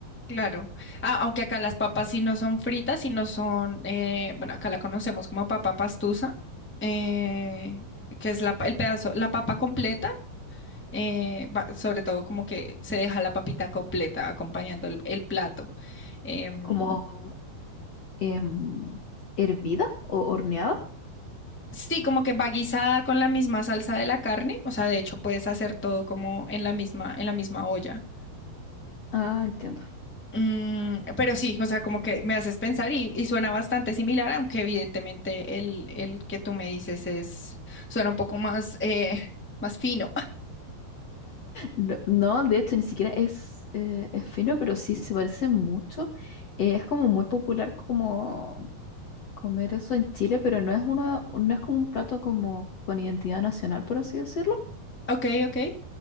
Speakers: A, in the centre; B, on the left (about 50°).
A: Claro. Ah, aunque acá las papas sí no son fritas, sino son, eh, bueno, acá la conocemos como papa pastusa, eh, que es la, pa- el pedazo, la papa completa, eh, va- sobre todo como que se deja la papita completa acompañando el, el plato. Em,
B: como em, hervida o horneada.
A: Sí, como que va guisada con la misma salsa de la carne, o sea, de hecho puedes hacer todo como en la misma, en la misma olla.
B: Ah, entiendo.
A: Mm, pero sí, o sea, como que me haces pensar y, y suena bastante similar, aunque evidentemente el, el que tú me dices es, suena un poco más, eh, más fino. <laughs>
B: No, no, de hecho, ni siquiera es, eh, es fino, pero sí se parece mucho. Eh, es como muy popular como comer eso en Chile, pero no es uno, no es como un plato como con identidad nacional, por así decirlo.
A: Ok, ok.